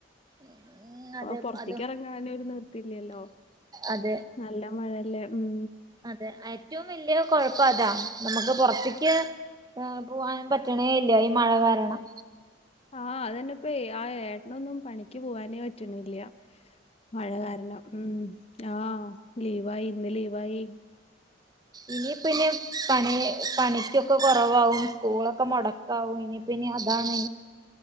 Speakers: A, on the right; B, on the left.
A: ഉം അതെ
B: പൊറത്തിക്ക്
A: അത്
B: ഇറങ്ങാന് ഒരു നിർത്തിയില്ലല്ലോ
A: അതെ
B: നല്ല മഴല്ലേ ഉം
A: അതെ ഏറ്റവും വലിയ കൊഴപ്പം അതാ നമുക്ക് പൊറത്തിക്ക് ആ പോവാൻ പറ്റണേ ഇല്ല ഈ മഴ കാരണം
B: ആഹ് അതന്നെപ്പൊ ആ ഏട്ടനൊന്നും പണിക്ക് പോവാനേ പറ്റണില്ല മഴ കാരണം ഉം ആഹ് ലീവായി ഇന്ന് ലീവായി
A: ഇനി ഇപ്പൊ ഇനി പണി പണിക്കൊക്കെ കുറവാകും സ്കൂളൊക്കെ മുട കാവു ഇനി പിന്നി അതാണ്